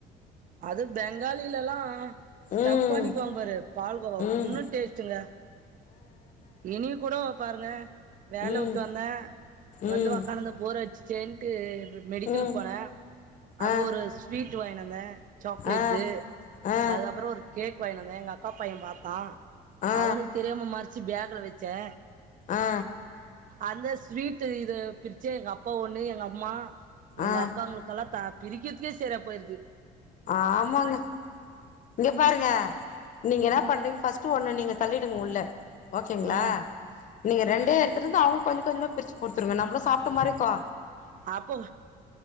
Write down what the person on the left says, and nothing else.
ம்
ம்
ம்
ம்
ம்
ஆ
ஆ ஆ
ஆ
ஆ
ஆ
ஆமாங்க இங்க பாருங்க நீங்க என்ன
பண்றீங்க ஃபஸ்ட்ட ஒண்ணு நீங்க தள்ளிடுங்க உள்ள ஓகேங்களா
நீங்க ரெண்டே எடுத்துருந்து அவங்களு கொஞ்ச கொஞ்சமா பிரிச்சு கொடுத்துருங்க நம்ள சாப்ட்ட மாரிக்கு